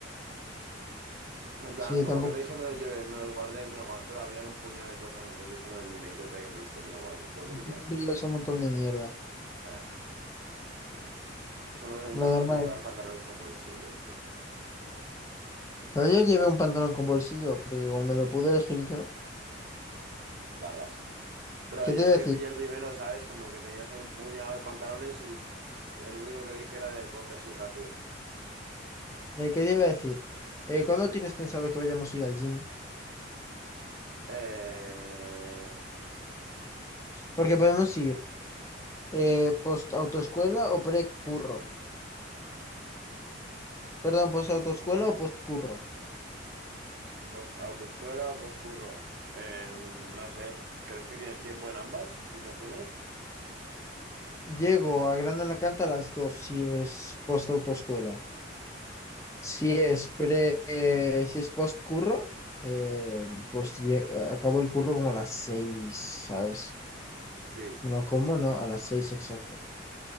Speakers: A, on the right; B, on the left.
A: En
B: Sí,
A: plan, como
B: tampoco.
A: que no dije me los llevé, me los guardé, me los guardé, pero habían un puñado de cosas, entonces no ni me di cuenta que me diste, me lo guardé todo
B: Es
A: y
B: que
A: ya.
B: siempre llevas un montón de mierda.
A: Ah. Son las ventajas
B: Lo normal.
A: de llevar pantalones con bolsillos, bro.
B: Pero ayer llevé un pantalón con bolsillo, porque como me lo pude elegir yo.
A: Barras. Bro,
B: ¿Qué
A: yo
B: te iba
A: es
B: a
A: que
B: decir?
A: pillé el primero, ¿sabes? Como que tenías ahí un puñado de pantalones y pff, el único que vi que era de deporte así rápido.
B: Eh, ¿qué te iba a decir? Eh, ¿cuándo tienes pensado que vayamos a ir al gym?
A: Eh...
B: Porque podemos ir eh, post autoescuela o pre-curro. Perdón, post autoescuela o post curro.
A: Pues autoescuela o poscurro. Eh, no sé. ¿Crees que tienes tiempo en ambas situaciones?
B: Llego a Gran Alacant a las 2 si es post autoescuela. Si
A: Ja,
B: es pre, eh, si es post curro, eh, pues ye- acabo el curro como a las seis, ¿sabes?
A: Sí.
B: No, ¿cómo no? A las seis exacto.